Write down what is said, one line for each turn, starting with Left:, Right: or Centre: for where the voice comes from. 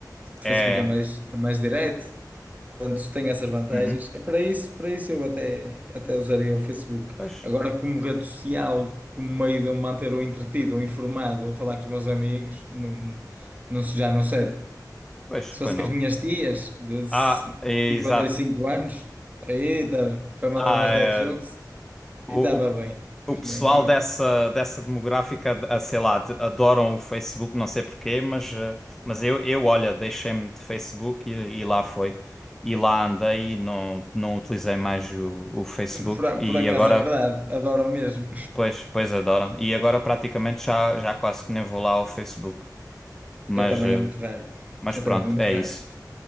Right: o
Centre: É.
Right: Facebook é mais, é mais direto. Portanto, tem essas vantagens.
Centre: Uhum.
Right: E Para isso, para isso eu até, até usaria o Facebook.
Centre: Pois.
Right: Agora, como rede social, como meio de eu me manter ou entretido, ou informado, ou falar com os meus amigos, não, não, se- já não serve.
Centre: Pois,
Right: Se fosse
Centre: pois
Right: com
Centre: não.
Right: as minhas tias de
Centre: Ah, é,
Right: cinquenta
Centre: exato.
Right: e cinco anos, aí tá, foi mandar
Centre: Ah,
Right: umas
Centre: é,
Right: dead jokes
Centre: o,
Right: e estava bem. <laughs>
Centre: o, o pessoal
Right: Agora,
Centre: dessa, dessa demográfica, de- ah, sei lá, de- adoram o Facebook, não sei porquê, mas, eh, mas eu, eu, olha, deixei-me de Facebook e, e lá foi. E lá andei e não, não utilizei mais o, o Facebook
Right: por, a-
Centre: e
Right: por acaso
Centre: agora,
Right: é verdade, adoro mesmo.
Centre: pois, pois adoram. E agora praticamente já, já quase que nem vou lá ao Facebook. Mas,
Right: Eu também
Centre: eh,
Right: é muito raro.
Centre: mas
Right: Eu
Centre: pronto,
Right: também é muito
Centre: é
Right: raro.
Centre: isso.